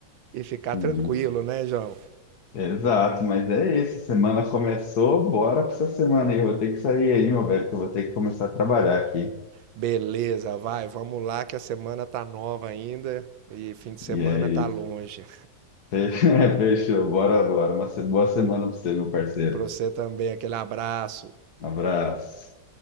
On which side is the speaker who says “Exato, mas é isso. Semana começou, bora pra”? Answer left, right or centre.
Left